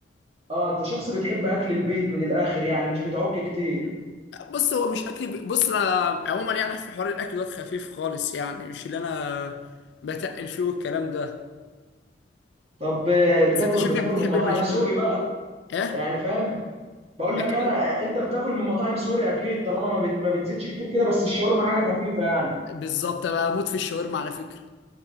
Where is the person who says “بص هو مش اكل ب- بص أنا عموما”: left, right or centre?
Left